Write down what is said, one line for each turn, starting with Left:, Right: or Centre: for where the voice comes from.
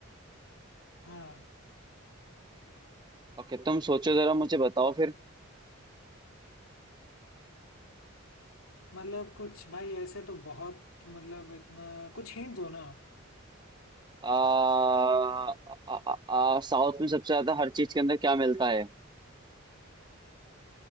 Left: हाँ
Right: ओके तुम सोचो जरा मुझे बताओ फिर
Left: मतलब कुछ भाई ऐसे तो बहुत मतलब इतना कुछ हिंट दो ना आप
Right: आ, आ, आ, आ, साउथ में सबसे ज्यादा हर चीज के अंदर क्या मिलता है